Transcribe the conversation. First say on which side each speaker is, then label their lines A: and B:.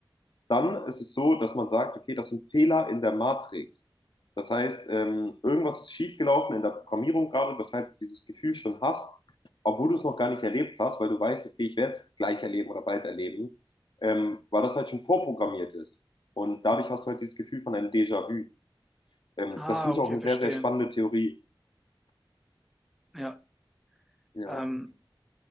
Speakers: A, on the left; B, in the centre.
A: Dann ist es so, dass man sagt, okay, das sind Fehler in der Matrix. Das heißt, ähm, irgendwas ist schiefgelaufen in der Programmierung gerade, weshalb du dieses Gefühl schon hast, obwohl du es noch gar nicht erlebt hast, weil du weißt, okay, ich werde es gleich erleben oder bald erleben, ähm, weil das halt schon vorprogrammiert ist. Und dadurch hast du halt dieses Gefühl von einem Déjà-vu. Ähm,
B: Ah,
A: das finde ich
B: okay,
A: auch eine
B: verstehe.
A: sehr, sehr spannende Theorie.
B: Ja,
A: Ja.
B: ähm,